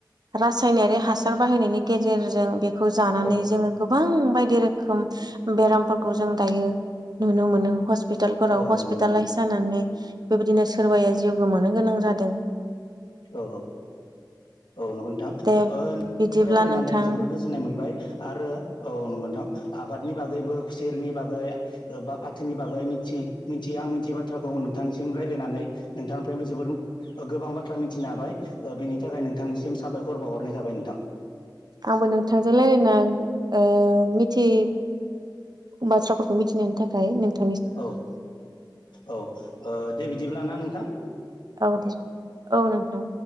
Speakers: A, on the right; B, on the left.
A: रासायनारि हासार बाहायनायनि गेजेरजों बेखौ जानानै
B: औ
A: जोङो गो बां बायदि रोखोम बेरामफोरखौ जों दायो नुनो मोनो हस पिटालफोराव
B: औ
A: हस्पिटालाइस
B: नंगौ नोंथां
A: जानानै बेबायदिनो सोरबाया जिउ गोमानो गोनां जादों
B: औ औ औ नंगौ नोंथां
A: दे
B: ओ
A: बिदिब्ला
B: रायलायनानै
A: नोंथां
B: जोबद गोजोननाय मोनबाय आरो औ नंगौ नोंथां आबाद नि बागैबो खुसेरनि बागै बा फाथोनि बागै मिथि मिथियां आं मिथियि बाथ्राखौ नोंथांनिसि इम रायलायनानै नोंथांनिफ्रायबो जोबोर ओ गोबां बा थ्रा मिथिनो हाबाय ओ बिनि थाखाय नोंथांनिसिम साबायखर बावहरनाय थाबाय नोंथां
A: आंबो नोंथांजों लायरायना ओ मिथि बाथ्राफोरखौ मिथिनायनि थाखाय नोंथा
B: औ औ ओ दे बिदिब्ला ना नों
A: औ दे औ नोंथां